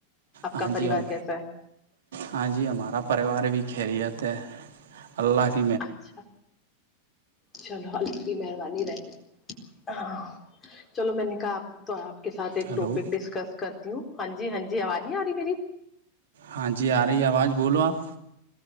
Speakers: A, on the left; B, on the right.
A: آپ
B: ہاں
A: کا پریوار
B: جی ہم
A: کیسا ہے
B: ہاں جی ہمارا پریوار بھی خیریت ہے اللہ <inaudible>
A: اچھا چلو اللہ کی مہربانی رہ گی ہاں چلو میں نے کہا آپ تو آپ کے ساتھ ایک
B: ہلو
A: ٹاپک ڈسکس کرتی ہوں ہاں جی ہاں جی آواز نہیں آ رہی میری
B: ہاں جی آ رہی ہے آواز بولو آپ